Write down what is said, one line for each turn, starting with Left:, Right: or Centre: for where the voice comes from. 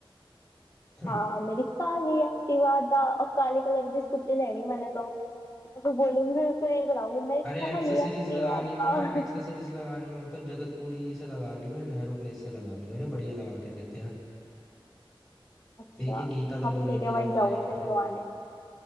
Centre: हम्म,
Left: हाँ मेरी काली एक्टिवा दा और काले कलर की स्कूटी लेनी मैंने तो उसको बोलूंगी फिर उस पर रील बनाऊंगी मेरी
Centre: अरे
Left: काली
Centre: एक्सेसरीज
Left: एक्टिवा
Centre: लगानी
Left: दा
Centre: हो ना
Left: <laughs>
Centre: एक्सेसरीज लगानी हो तो जगतपुरी से लगा लियो या नेहरू प्लेस से लगा लियो अरे बढ़िया लगा के देते हैं
Left: अच्छा
Centre: एक ये गीता कॉलोनी
Left: अब ठीक
Centre: भी
Left: है
Centre: है
Left: वहीं
Centre: हमारे
Left: जाऊंगी
Centre: यहाँ
Left: फिर
Centre: पे
Left: लगवाने